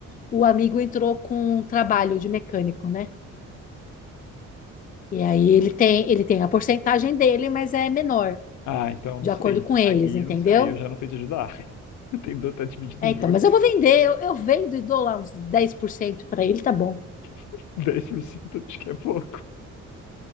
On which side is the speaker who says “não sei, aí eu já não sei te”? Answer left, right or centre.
Left